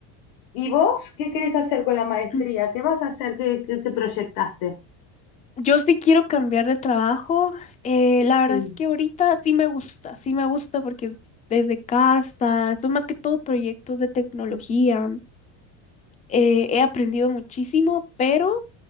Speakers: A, on the left (about 65°); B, on the left (about 15°).
A: y vos qué querés hacer con la maestría?
B: <clears throat>
A: ¿Qué vas a hacer? ¿Qué, qué- qué proyectaste?
B: Yo sí quiero cambiar de trabajo. eh, la
A: Sí,
B: verdad es que ahorita sí me gusta, sí me gusta porque es desde casa, son más que todo proyectos de tecnología. eh, he aprendido muchísimo, pero